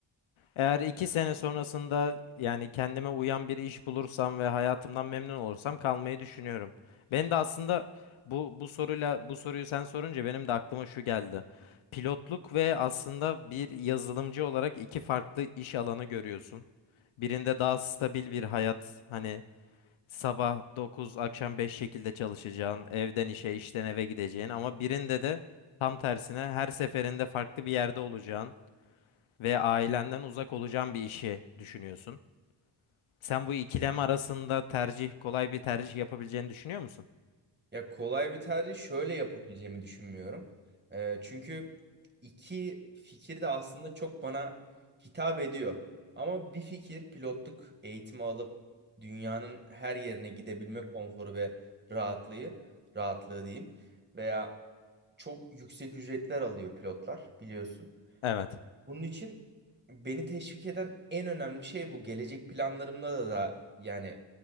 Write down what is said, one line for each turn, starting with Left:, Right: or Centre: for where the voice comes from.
Left: Eğer iki sene sonrasında yani kendime uyan bir iş bulursam ve hayatımdan memnun olursam kalmayı düşünüyorum. Benim de aslında bu bu soruyla bu soruyu sen sorunca benim de aklıma şu geldi. Pilotluk ve aslında bir yazılımcı olarak iki farklı iş alanı görüyorsun. Birinde daha stabil bir hayat hani sabah 9 akşam 5 şekilde çalışacağın, evden işe, işten eve gideceğin ama birinde de tam tersine her seferinde farklı bir yerde olacağın ve ailenden uzak olacağın bir işi düşünüyorsun. Sen bu ikilem arasında tercih, kolay bir tercih yapabileceğini düşünüyor musun?
Right: Ya kolay bir tercih şöyle yapabileceğimi düşünmüyorum. Ee, çünkü iki fikir de aslında çok bana hitap ediyor. Ama bir fikir pilotluk eğitimi alıp dünyanın her yerine gidebilme konforu ve rahatlığı, rahatlığı diyeyim. Veya çok yüksek ücretler alıyor pilotlar biliyorsun.
Left: Evet.
Right: Bunun için beni teşvik eden en önemli şey bu. Gelecek planlarımda da, da yani